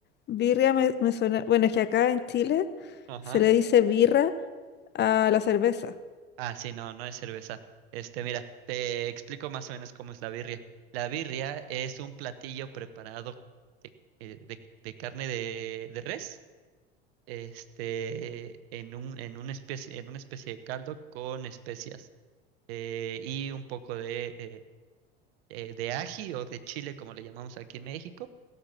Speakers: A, on the left; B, on the right.
A: birria me, me suena... Bueno, es que acá en Chile
B: Ajá.
A: se le dice birra a la cerveza.
B: Ah, sí, no, no es cerveza. Este, mira, te explico más o menos cómo es la birria. La birria es un platillo preparado de, eh, de- de carne de, de res, este, en un, en una especie, en una especie de caldo con especias eh, y un poco de, eh, eh, de ají o de chile, como le llamamos aquí en México.